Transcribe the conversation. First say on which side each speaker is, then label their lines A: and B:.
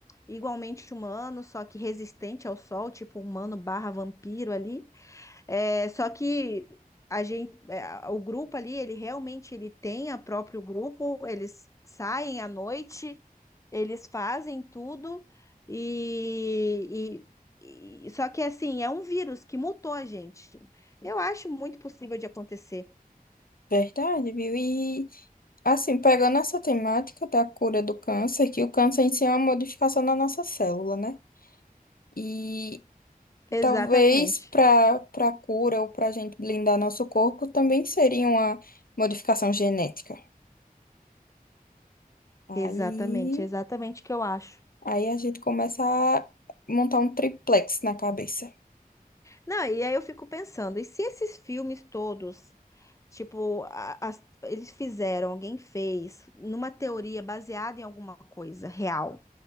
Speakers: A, on the left; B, on the left.
A: Igualmente humano, só que resistente ao sol, tipo humano barra vampiro ali. É, só que a gente, é, o grupo ali, ele realmente ele tem a próprio grupo, eles saem à noite, eles fazem tudo e, e- e- só que assim, é um vírus que mutou a gente. Eu acho muito possível de acontecer.
B: verdade, viu? E assim, pegando essa temática da cura do câncer, que o câncer em si é uma modificação na nossa célula, né? E
A: Exatamente.
B: talvez para para cura ou para a gente blindar nosso corpo também seria uma modificação genética.
A: Exatamente,
B: Aí,
A: exatamente o que eu acho.
B: aí a gente começa a montar um triplex na cabeça.
A: Não, e aí eu fico pensando, e se esses filmes todos, tipo, a- as- eles fizeram, alguém fez, numa teoria baseada em alguma coisa real,